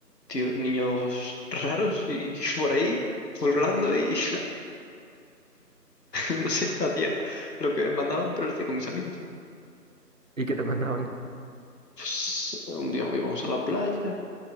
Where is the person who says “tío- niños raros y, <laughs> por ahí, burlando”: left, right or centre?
Left